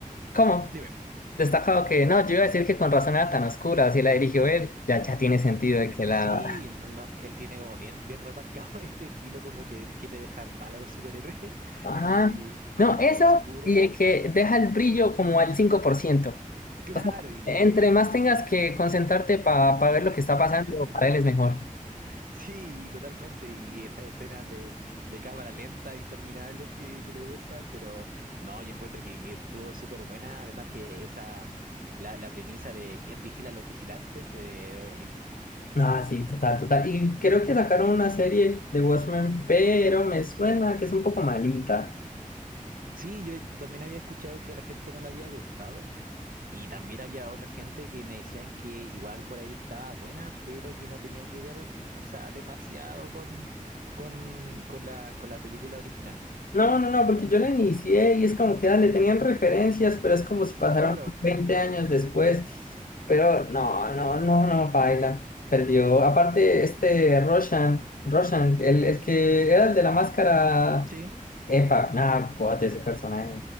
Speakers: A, on the left; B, on the right.
A: ¿cómo?
B: Dime.
A: Destacado que, no, yo iba a decir que con razón era tan oscura, así la dirigió él. Ya, ya tiene sentido de que la
B: Sí, no, no, él tiene como bien, bien remarcado <laughs> este estilo como que quiere dejar mal a los superhéroes <laughs>
A: Ajá.
B: y como
A: No, eso
B: oscuro.
A: y de que deja el brillo como al cinco por ciento
B: Claro,
A: O sea,
B: y te...
A: entre más tengas que concentrarte para ver lo que está pasando,
B: <laughs>
A: para él es mejor.
B: Sí, y totalmente. Y estas escenas de, de cámara lenta interminables que, que le gustan, pero no, yo encuentro que, que estuvo súper buena. Además que esa, la, la premisa de quién vigila a los vigilantes, eh, es buenísima.
A: Ah, sí, total, total. Y creo que sacaron una serie de Watchmen, pero me suena que es un poco malita.
B: Sí, yo yo también había escuchado que a la gente no le había gustado. Y también había otra gente que me decían que igual por ahí estaba buena, pero que no tenía que ver, o sea, demasiado con, con, con la, con la película original.
A: No, no, no, porque yo la inicié y es como que le tenían referencias, pero es como si pasaron
B: Claro,
A: 20 años después. Pero no, no, no, no, baila. Perdió. Aparte, este Roshan, Roshan, el, el que era el de la máscara.
B: sí.
A: Epa, nada, God, ese personaje.